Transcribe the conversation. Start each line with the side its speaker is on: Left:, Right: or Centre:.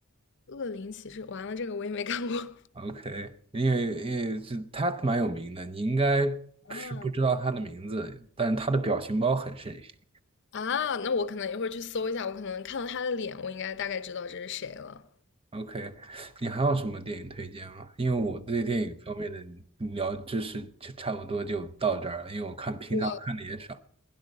Left: 恶灵骑士，完了，这个我也没看过。
Right: OK，因为因为这他蛮有名的，你应该是不知道他的名字，
Left: 嗯
Right: 但是他的表情包很盛行。
Left: 啊，那我可能一会儿去搜一下，我可能看到他的脸，我应该大概知道这是谁了。
Right: OK，你还有什么电影推荐吗？因为我对电影方面的聊知识就差不多就到这儿了，因为我看平常看的也少，
Left: 我。